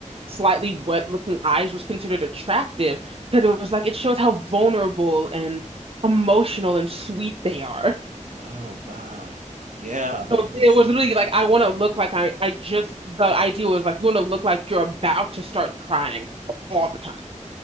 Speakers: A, on the right (about 45°); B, on the right (about 70°).
A: slightly wet looking eyes was considered attractive because it was like it shows how vulnerable and emotional and sweet they are.
B: Oh wow. Yeah,
A: So
B: I can
A: it
B: see
A: was literally
B: that.
A: like I want to look like I I just the idea was like you want to look like you're about to start crying all the time.